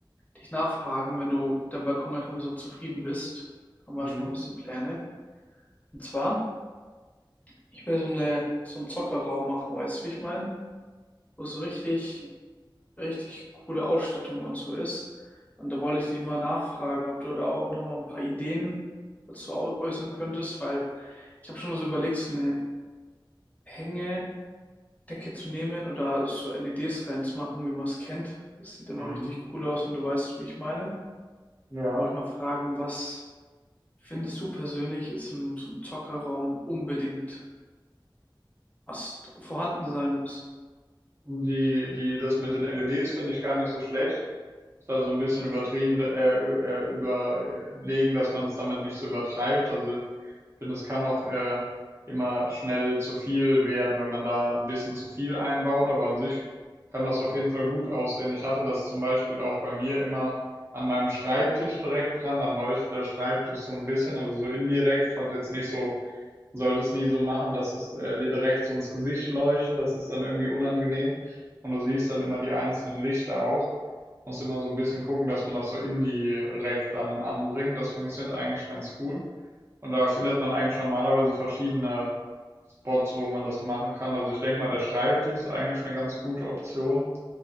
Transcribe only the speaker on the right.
Mhm.
Mhm.
Ja.
Die die das mit den LEDs finde ich gar nicht so schlecht. ist also so ein bisschen übertrieben, äh, äh, überlegen, dass man es damit nicht so übertreibt. Also ich finde, es kann auch äh, immer schnell zu viel werden, wenn man da ein bisschen zu viel einbaut, aber an sich kann das auf jeden Fall gut aussehen. Ich hatte das zum Beispiel auch bei mir immer an meinem Schreibtisch direkt dran, dann leuchtet der Schreibtisch so ein bisschen, also so indirekt. Ich hatte jetzt nicht so, sollte es nie so machen, dass es äh, dir direkt so ins Gesicht leuchtet, das ist dann irgendwie unangenehm. Und du siehst dann immer die einzelnen Lichter auch. Muss immer so ein bisschen gucken, dass man das so indirekt dann anbringt. Das funktioniert eigentlich ganz gut. Und da findet man eigentlich normalerweise verschiedene Spots, wo man das machen kann. Also, ich denke mal, der Schreibtisch ist eigentlich eine ganz gute Option,